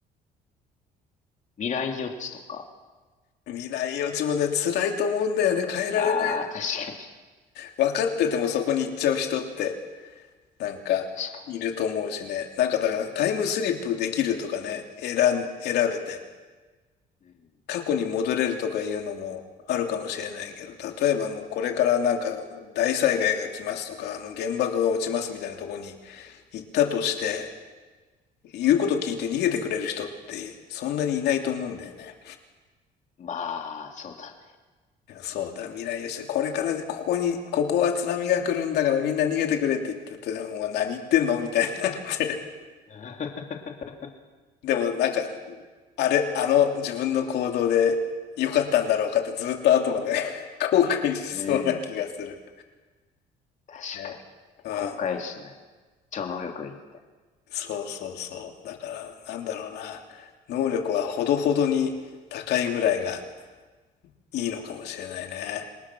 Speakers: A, on the left (about 45°); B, on the left (about 75°).
A: 未来予知とか。
B: うん、未来予知もね、辛いと思うんだよね。変えられない。
A: ああ、確かに。
B: 分かっててもそこに行っちゃう人って。なんか、
A: 確か
B: いると思うしね。なんか、だから、タイムスリップできるとかね、選ん、選べて、
A: に。うん。
B: 過去に戻れるとかいうのもあるかもしれないけど、例えばもうこれからなんか、大災害が来ますとか、あの、原爆が落ちますみたいなとこに行ったとして、言うこと聞いて逃げてくれる人って、そんなにいないと思うんだよね。
A: まあ、そうだね。
B: そうだ、未来予測、これからで、ここに、ここは津波が来るんだからみんな逃げてくれって言ったって、もう何言ってんのみたいになって。
A: <laughs>
B: でもなんかあれ、あの自分の行動で良かったんだろうかってずっと後まで <laughs> 後悔しそうな気がする。
A: うん。確かにね。
B: ねうん。
A: 後悔しない。超能力でいきたい。
B: そうそうそう。だから、なんだろうな。能力はほどほどに高いぐらいがいいのかもしれないね。